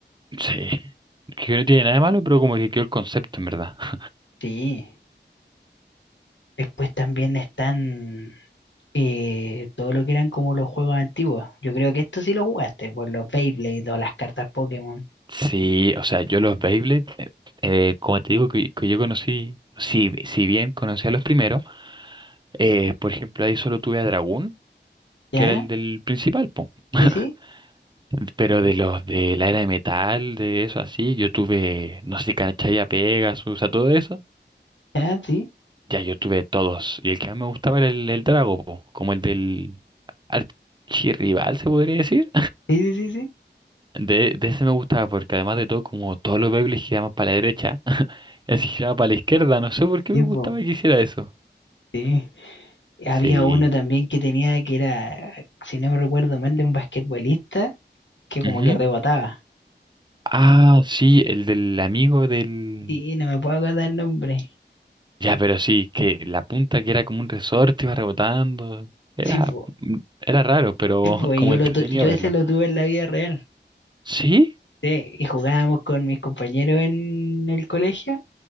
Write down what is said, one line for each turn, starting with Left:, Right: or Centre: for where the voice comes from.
Right: Sí, que no tiene nada de malo, pero como que quedó el concepto, en verdad. <laughs>
Left: sí, después también están... eh, todo lo que eran como los juegos antiguos. Yo creo que esto sí lo jugaste, por los Beyblade o las cartas Pokémon.
Right: Sí, o sea, yo los Beyblade, eh, eh, como te digo, que, que yo conocí, si, si bien conocí a los primeros, eh, por ejemplo, ahí solo tuve a Dragón,
Left: ¿Ya?
Right: que era el del principal, po. <laughs>
Left: Sí, sí,
Right: Pero de los de la era de metal, de eso así, yo tuve, no sé, Canchaya Pegasus, o sea, todo eso.
Left: ya, sí,
Right: Ya yo tuve todos. Y el que más me gustaba era el, el Drago, po, como el del archirrival, se podría decir.
Left: sí, sí, sí, sí.
Right: De, de ese me gustaba porque además de todo, como todos los Beyblades giraban para la derecha, <laughs> ese giraba para la izquierda. No sé por qué
Left: Sí,
Right: me gustaba
Left: po,
Right: que hiciera eso.
Left: sí. Había
Right: Sí.
Left: uno también que tenía que era, si no me recuerdo mal, de un basquetbolista que como
Right: Ujú.
Left: que rebotaba.
Right: Ah, sí, el del amigo del...
Left: Sí, no me puedo acordar el nombre.
Right: Ya, pero sí, que la punta que era como un resorte iba rebotando. Era,
Left: Sí, po,
Right: mm, era raro, pero
Left: sí, po,
Right: <laughs>
Left: y
Right: como
Left: yo,
Right: entretenido
Left: lo tu- yo
Right: verlo.
Left: ese lo tuve en la vida real.
Right: ¿Sí?
Left: Sí, y jugábamos con mis compañeros en el colegio